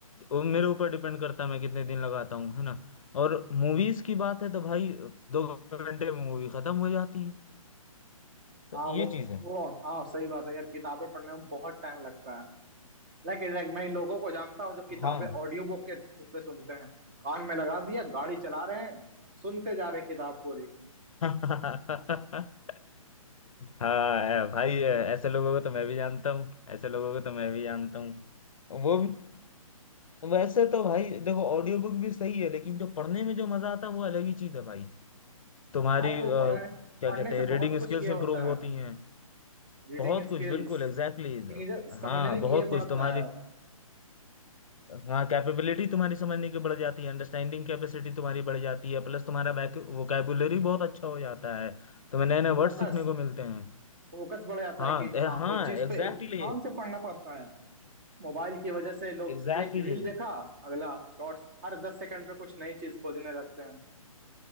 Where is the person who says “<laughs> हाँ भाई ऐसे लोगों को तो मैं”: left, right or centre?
Left